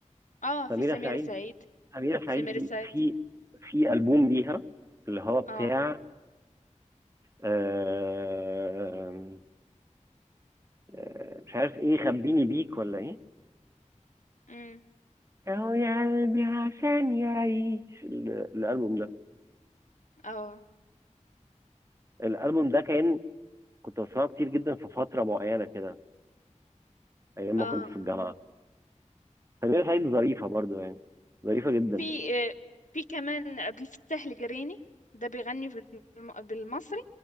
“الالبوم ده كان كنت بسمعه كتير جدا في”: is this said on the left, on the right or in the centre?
Right